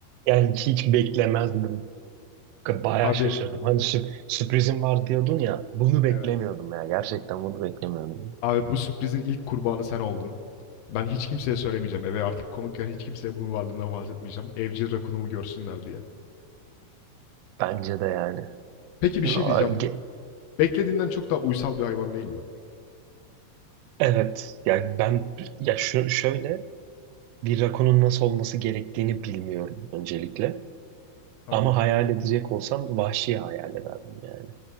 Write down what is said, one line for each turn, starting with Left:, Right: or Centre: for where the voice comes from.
Right: Yani hiç, hiç beklemezdim. Bayağı
Left: Abi
Right: şaşırdım. Hani sü- sürprizim var diyordun ya. Bunu beklemiyordum
Left: Evet.
Right: ya. Gerçekten bunu beklemiyordum.
Left: abi bu sürprizin ilk kurbanı sen oldun. Ben hiç kimseye söylemeyeceğim. Eve artık konukken hiç kimseye bunun varlığından bahsetmeyeceğim. Evcil rakunumu görsünler diye.
Right: Bence de yani.
Left: Peki bir şey
Right: Aa,
Left: diyeceğim.
Right: ge-
Left: Beklediğinden çok daha uysal bir hayvan değil mi?
Right: Evet. Yani ben ya şö- şöyle bir rakonun nasıl olması gerektiğini bilmiyorum öncelikle.
Left: Tamam.
Right: Ama hayal edecek olsam vahşi hayal ederdim yani.